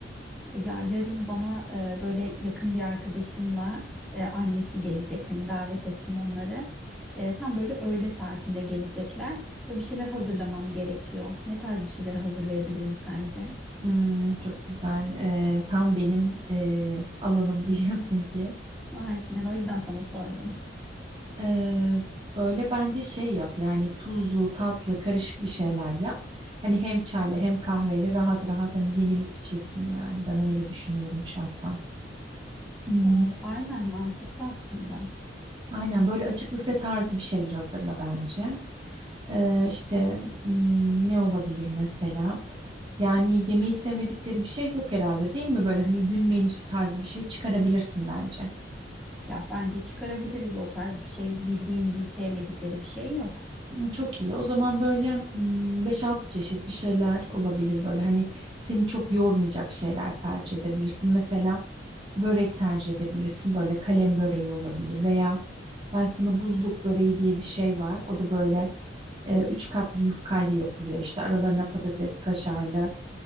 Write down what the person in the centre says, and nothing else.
Ya yarın bana e, böyle yakın bir arkadaşımla e, annesi gelecek. Hani davet ettim onları. E, tam böyle öğle saatinde gelecekler. Böyle bir şeyler hazırlamam gerekiyor. Ne tarz bir şeyler hazırlayabilirim sence?
<laughs> Aynen, o yüzden sana sordum.
E, aynen mantıklı aslında.
Ya bence çıkarabiliriz o tarz bir şey. Bildiğim bir sevmedikleri bir şey yok.